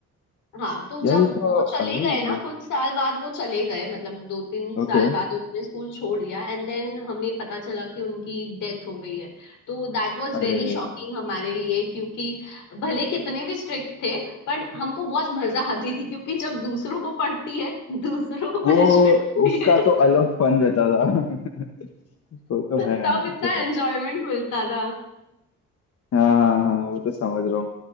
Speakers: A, on the left (about 80°); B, on the left (about 55°).
A: हाँ तो जब
B: यार ये तो
A: वो चले
B: अलग
A: गए
B: ही भाई
A: ना कुछ साल बाद वो चले गए मतलब दो तीन
B: ओके
A: साल बाद उन्होंने स्कूल छोड़ दिया एंड देन हमें पता चला कि उनकी डेथ हो गई है तो दैट वाज
B: अरे
A: वेरी शॉकिंग हमारे लिए क्योंकि भले कितने भी स्ट्रिक्ट थे पर हमको बहुत मजा आती थी क्योंकि जब दूसरों को पड़ती है दूसरों को
B: वो
A: पनिशमेंट मिलती
B: उसका
A: है
B: तो
A: <laughs>
B: अलग फन रहता था <laughs> वो तो
A: तो
B: है यार
A: तब
B: वो
A: इतना
B: तो
A: एंजॉयमेंट
B: है
A: मिलता था
B: हाँ हाँ हाँ वो तो समझ रहा हूँ